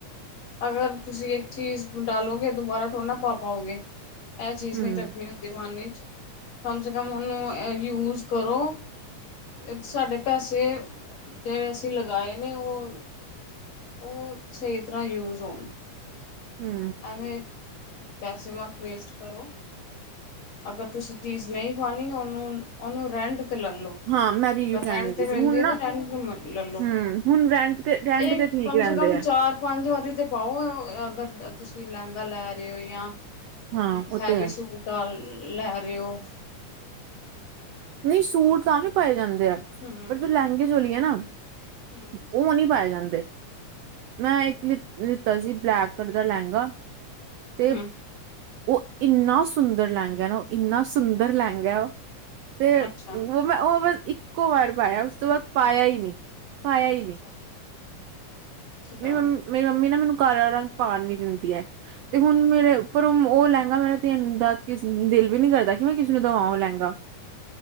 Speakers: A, on the left (about 55°); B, on the right (about 85°).
A: ਅਗਰ ਤੁਸੀਂ ਇੱਕ ਚੀਜ਼ ਡਾਲੋਗੇ ਦੁਬਾਰਾ ਥੋੜ੍ਹਾ ਨਾਂ ਪਾ ਪਾਓਗੇ। ਇਹ ਚੀਜ਼
B: ਹਮ
A: ਨ੍ਹੀਂ ਰੱਖਣੀ ਹੁੰਦੀ ਮਨ ਇੱਚ ਕਮ ਸੇ ਕ ਕੰਮ ਉਹਨੂੰ ਯੂਜ ਕਰੋ, ਏ ਸਾਡੇ ਪੈਸੇ ਜਿਹੜੇ ਅਸੀਂ ਲਗਾਏ ਨੇ ਉਹ, ਉਹ ਸਹੀ ਤਰ੍ਹਾਂ ਯੂਜ ਹੋਣ।
B: ਹੂੰ।
A: ਐਵੇਂ ਪੈਸੇ ਮਤ ਵੇਸਟ ਕਰੋ ਅਗਰ ਤੁਸੀਂ ਚੀਜ਼ ਨਈਂ ਪਾਣੀ ਮੈਂ ਉਹਨੂੰ, ਉਹਨੂੰ ਰੈਂਟ ਤੇ ਤੇ ਲਲੋ
B: ਹਾਂ ਮੈਂ ਵੀ ਇਓ ਕਹਿਣ
A: ਰੈਂਟ
B: ਲੱਗੀ
A: ਤੇ ਮਿਲਦੀ
B: ਸੀ ਹੁਣ
A: ਐ,
B: ਨਾ
A: ਤੇ ਰੈਂਟ ਲਲੋ
B: ਹਮ ਹੁਣ ਰੈਂਟ ਤੇ ਰੈਂਟ
A: ਇਹ
B: ਤੇ ਠੀਕ
A: ਕਮ
B: ਰਹਿੰਦੇ
A: ਸੇ ਕਮ
B: ਆ
A: ਚਾਰ-ਪੰਜ ਵਾਰੀ ਤੇ ਪਾਓ ਅਗਰ ਤੁਸੀਂ ਤੁਸੀਂ ਲਹਿੰਗਾ ਲੈ ਰਹੇ ਹੋ ਜਾਂ
B: ਹਾਂ ਉਹ
A: ਹੈਵੀ
B: ਤੇ ਹੈ
A: ਸੂਟ ਡਾਲ ਲੈ ਰਿਓ
B: ਨ੍ਹੀਂ ਸੂਟ ਤਾਂ ਵੀ ਪਾਏ ਜਾਂਦੇ
A: ਹੂੰ
B: ਪਰ ਜੋ ਲਹਿੰਗੇ ਚੋਲੀ ਐ ਨਾਂ
A: ਹੂੰ
B: <unintelligible> ਉਹ ਨ੍ਹੀਂ ਪਾਏ ਜਾਂ ਮੈਂ ਇੱਕ ਲਿੱਤਾ ਸੀ ਬਲੈਕ ਕਲਰ ਦਾ ਲਹਿੰਗਾ ਤੇ
A: ਹੂੰ
B: ਉਹ ਇੰਨਾ ਸੁੰਦਰ ਲਹਿੰਗਾ ਨਾਂ, ਉਹ ਇੰਨਾ ਸੁੰਦਰ ਲਹਿੰ ਗਾ ਉਹ ਤੇ
A: ਅੱਛਾ
B: ਉਹ ਮੈਂ ਉਹ ਬਸ ਇੱਕ ਇੱਕੋ ਵਾਰ ਪਾਇਆ ਉਸ ਤੋਂ ਬਾਅਦ ਪਾਇਆ ਈ ਨਹੀਂ। ਪਾਇਆ ਹੀ
A: ਅੱਛਾ
B: ਨਈਂ।
A: ਅੱਛਾ
B: ਮੇਰੀ ਮੰਮੀ ਮੇਰੀ ਮੰਮੀ ਨਾ ਮੈਨੂੰ ਕਾਲਾ ਰੰਗ ਪਾਣ ਨੀ ਦਿੰਦੀ ਹੈ ਤੇ ਹੁਣ ਮੇਰੇ ਪਰ ਉਹ ਲਹਿੰਗਾ ਮੇਰਾ ਦੇਣ ਦਾ ਕਿਸ ਦਿਲ ਵੀ ਨੀ ਕਰਦਾ ਕਿ ਮੈਂ ਕਿਸੇ ਨੂੰ ਦਵਾਂ ਉਹ ਲਹਿੰਗਾ